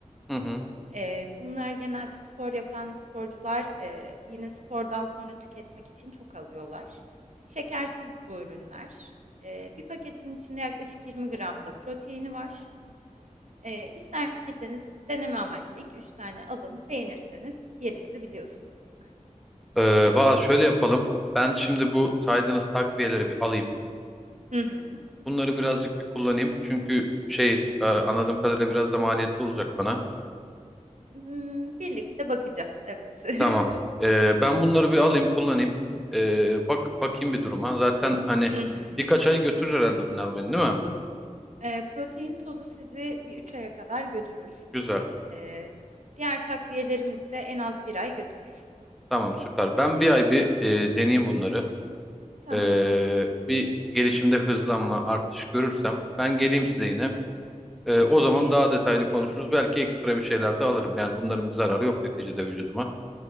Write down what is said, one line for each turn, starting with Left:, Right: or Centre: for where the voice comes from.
Centre: Hı hı.
Right: Ee, bunlar genelde spor yapan sporcular e, yine spordan sonra tüketmek için çok alıyorlar. Şekersiz bu ürünler. Ee, bir paketin içinde yaklaşık 20 gram da proteini var. Ee, isterseniz deneme amaçlı iki üç tane alın. Beğenirseniz yerimizi biliyorsunuz.
Centre: Ee, valla şöyle yapalım. Ben şimdi bu saydığınız takviyeleri bir alayım.
Right: <laughs> Hı hı.
Centre: Bunları birazcık bir kullanayım. Çünkü şey e, anladığım kadarıyla biraz da maliyetli olacak bana.
Right: Imm, birlikte bakacağız, evet.
Centre: Tamam.
Right: <laughs>
Centre: E, ben bunları bir alayım kullanayım. E, bak bakayım bir duruma. Zaten hani
Right: Hı hı.
Centre: birkaç ay götürür herhalde bunlar beni değil mi?
Right: Eee, protein tozu sizi bir 3 aya kadar götürür.
Centre: Güzel.
Right: Eee, diğer takviyelerimiz de en az bir ay götürür.
Centre: Tamam süper. Ben bir ay bir e, deneyeyim bunları.
Right: Tamam.
Centre: E, bir gelişimde hızlanma artış görürsem ben geleyim size
Right: Hı hı.
Centre: yine. E, o
Right: Tabii.
Centre: zaman daha detaylı konuşuruz. Belki ekstra bir şeyler de alırım. Yani bunların bir zararı yok neticede vücuduma.